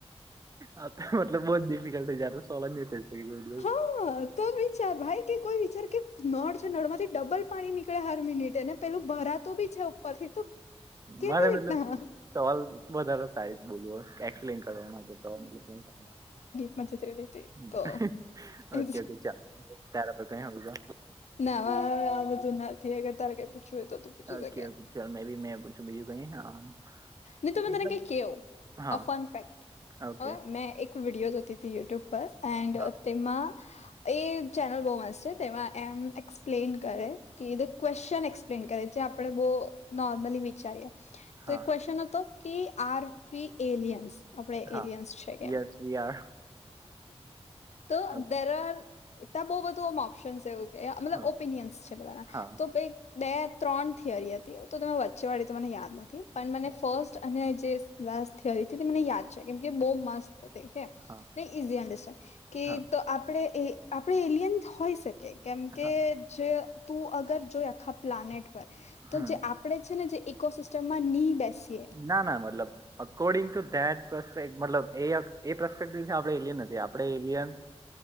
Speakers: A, on the right; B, on the left.
A: આ તો મતલબ બહુ જ ડિફિકલ્ટ થઇ જતું સોલા <unintelligible> દિવસ
B: હા, તો જ વિચાર ભાઈ કે કોઈ વિચાર કે નડ છે નડ માં થી ડબલ પાણી નીકળે હર મિનિટેને પેલું ભરાતો બી છે ઉપર થી તો કેવી
A: મારે
B: રીતના
A: મતલબ સવાલ વધારે સારી જ બોલવ હોય એક્સપ્લેન કરવાનો મતલબ
B: મજતલી હતી
A: હમ.
B: તો એ
A: ઓકે ઓકે ચાલ તારા પર કઈ હોય તો.
B: ના હ આ બધું નથી અગર તારે કઈ પૂછવું હોય તો તું પૂછી
A: ઓકે
B: શકે
A: ઓ ચલ મે બી મેં પૂછું બીજું કઈ હા
B: ન તમે
A: મતલબ
B: તને ક કેવ
A: હા
B: આ ફન ફેક્ટ
A: ઓકે
B: ઓ મેં એક વિડિયો જોતી હત યુટ્યુબ પર એન્ડ
A: હા
B: તેમાં એ ચેનલ બહુ મસ્ત છે તેમાં એમ એક્સપ્લેન કરે કે ધ ક્વેશ્ચન એક્સ પ્લેન કરી જે આપણે બહુ નોર્મલી વિચારીએ
A: હા
B: તો એક ક્વેશ્ચન હતો કે આરફી એલિયન્સ આપડે
A: હા
B: એલિયન્સ છે કેમ
A: યસ વી આર
B: તો
A: હા
B: દરોર ત્યા બહુ બધું ઓપ્શનસ છે એવું મતલબ
A: હા
B: ઓપિનિયન્સ છે બધાના
A: હા
B: તો બે ત્રણ થિયરી હતી તો તમે વચ્ચે વાળી તો મને યાદ નથી પણ મને
A: ઓકે
B: ફર્સ્ટ અને જે લાસ થિયરી હતી તે મને યાદ છે કેમ કે બહુ મસ્ત હતી કે ન
A: હા
B: ઈઝી અન્ડરસ્ટાન્ડ કે
A: હા
B: તો આપે એ આપે એલિયન હોય શકે કેમકે
A: હા
B: જે તું અગર જોઈ આખા પ્લાનેટ પર તો
A: હમ
B: જે આ પડે છે ને જે ઇકોસિસ્ટમમાં ની બેસીએ
A: ના ના મતલબ અકોર્ડિંગ ટુ ધેટપેક મતલબપેક્ટિવ આપડે એલિયન આપડે એલિયન